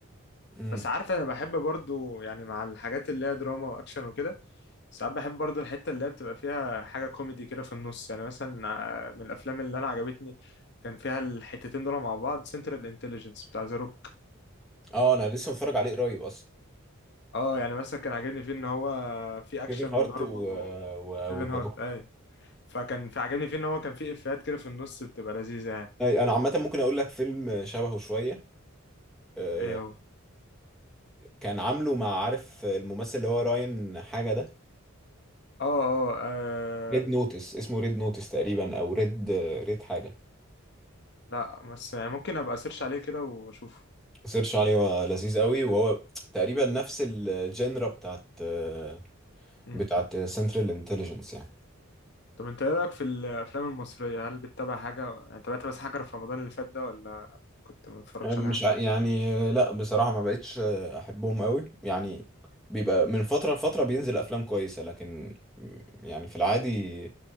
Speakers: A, in the centre; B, on the left.
A: امم
B: بس عارف انا بحب برضو يعني مع الحاجات اللي هي دراما واكشن وكده ساعات بحب برضو الحتة اللي هي بتبقى فيها حاجة كوميدي كده في النص يعني مثلا آه، من الافلام اللي انا عجبتني كان فيها الحتتين دول مع بعض سنترال انتليجنس بتاع ذا روك
A: اه أنا لسه متفرج عليه قريب أصلا
B: اه يعني مثلا كان عاجبني فيه ان هو في اكشن
A: كيفن هارت
B: وضرب
A: و
B: وكيفن
A: و وذا
B: هارت
A: روك.
B: اي فكان في عاجبني فيه ان هو كان في افيهات كده في النص بتبقى لذيذة يعني
A: أي، أنا عامة ممكن أقول لك فيلم شبهه شوية آه
B: ايه هو
A: كان عامله مع عارف الممثل اللي هو راين حاجة ده
B: اه اه آه،
A: ريد نوتس اسمه ريد نوتس تقريبا أو ريد ريد حاجة
B: لا بس يعني ممكن ابقى اسيرش عليه كده واشوفه
A: سيرش عليه هو لذيذ قوي وهو تقريبا نفس الجينرا بتاعت آه،
B: مم.
A: بتاعت سنترال انتليجنس يعني
B: طب انت ايه رايك في الافلام المصريه هل بتتابع حاجه يعني تابعت بس حاجه في رمضان اللي فات ده ولا كنت ما بتفرجش
A: مش
B: على حاجه
A: ع- يعني لا بصراحة ما بقتش أحبهم قوي يعني بيبقى من فترة لفترة بينزل أفلام كويسة لكن يعني في العادي